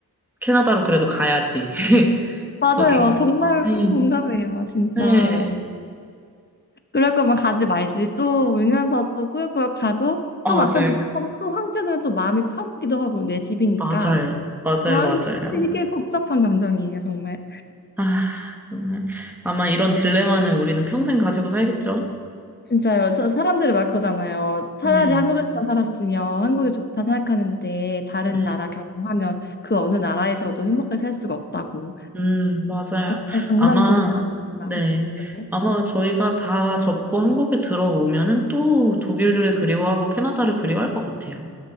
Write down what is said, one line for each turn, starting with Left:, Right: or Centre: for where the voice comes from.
Centre: 캐나다로 그래도 가야지. <laughs>
Left: 맞아요.
Centre: 거기.
Left: 정말
Centre: 음.
Left: 공감해요. 진짜.
Centre: 네.
Left: 그럴 거면 가지 말지. 또 울면서 또 꾸역꾸역 가고
Centre: 아,
Left: 또
Centre: 맞아요.
Left: 막상 도착하면 또 한켠으로는 또 마음이 편하기도 하고 내 집이니까.
Centre: 맞아요. 맞아요.
Left: 와,
Centre: 맞아요.
Left: <laughs> 이게 복잡한 감정이에요, 정말.
Centre: 아, 정말. 아마 이런 딜레마는 우리는 평생 가지고 살겠죠?
Left: 진짜요. 사- 사람들이 막 그러잖아요. 차라리
Centre: 네.
Left: 한국에서만 살았으면 한국이 좋다 생각하는데 다른
Centre: 네.
Left: 나라 경험하면 그 어느 나라에서도 행복하게 살 수가 없다고.
Centre: 음, 맞아요.
Left: 각자의 장단점
Centre: 아마,
Left: 다알
Centre: 네.
Left: 네.
Centre: 아마 저희가 다 접고 한국에 들어오면은 또 독일을 그리워하고 캐나다를 그리워할 것 같아요.